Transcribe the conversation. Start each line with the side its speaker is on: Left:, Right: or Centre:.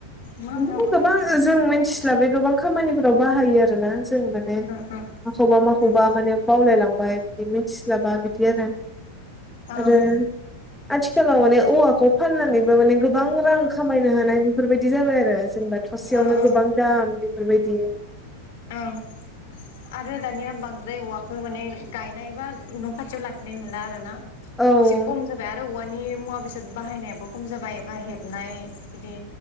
Left: मा
Centre: बिदिनो
Left: मायाव बाहायबावो
Centre: गोबां जों मिथिलाबाय। गोबां खामानिफोराव बाहायो आरो। आरोना जों माने
Left: ओं
Centre: माखौबा
Left: ओं
Centre: माखौबा माने बावलायलांबाय। बे मिथिस्लाबा बिदि आरो।
Left: ओं
Centre: आरो आथिखालाव माने। औवाखौ फाननानैबो माने गोबां रां खामायनो हानाय बेफोरबायदि। दि जाबाय आरो। जेनेबा थसेयावनो
Left: ओं ओं
Centre: गोबां दाम बेफोरबायदि। द।
Left: ओं आरो दानिया बांद्राय औवाखौ माने गायनाय बा न खाथियाव लाखिनाय नुला आरो ना।
Centre: औ
Left: एसे खुम जाबाय आरो औवानि। बिनि मुवा बेसाद बाहायनायाबो खम जाबाय बा हेबनाय बिदि